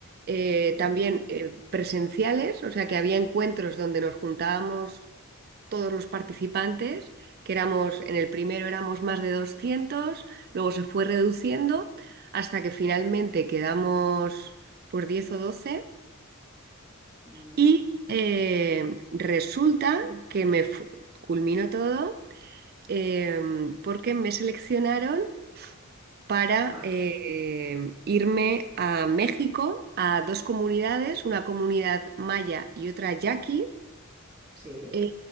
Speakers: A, on the right; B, on the right.
A: eh,
B: sí.
A: también eh, presenciales, o sea que había encuentros donde nos juntábamos todos los participantes, que éramos, en el primero éramos más de doscientos luego se fue reduciendo hasta que finalmente quedamos por diez o doce
B: Mm.
A: y eh, resulta que me fu- culminó todo eh, porque me seleccionaron para
B: Ah,
A: eh, irme a México, a dos comunidades, una comunidad maya y otra yaqui.
B: sí,
A: eh,